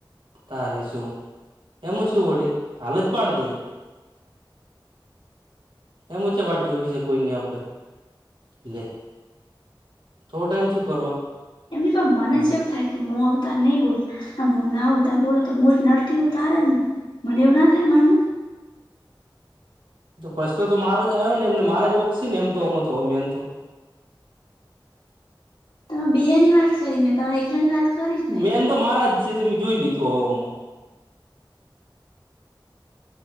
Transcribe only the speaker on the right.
તારી શું એમાં શું વળી હાલ જ પાડ દે એમા ચ વાટ જોવી સ કોઈ નહી આપડે લે થોડો ટાઈમ શું કરવા
તારે
તો પ્રશ્ન તો મારો જ આયો ને એમને મારે જ વોક સ ન એમ તો હમ તો મેન તો <inaudible>
મેન તો મારા જ છે ત મેં જોઈ લીધું હવ ઓમા